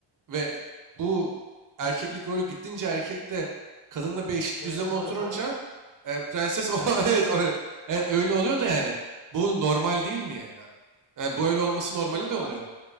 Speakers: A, on the right; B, on the left.
A: ve bu erkeklik rolü gittince erkekte kadınla bir eşit
B: Prenses
A: düzleme oturunca
B: oluyor değil mi?
A: e, prenses o
B: Erkek
A: <laughs> evet, o- evet
B: <laughs>
A: öyle oluyor da yani bu normal değil mi yani abi? Yani bu öyle
B: Abi
A: olması
B: çok
A: normali
B: normal.
A: de oluyor.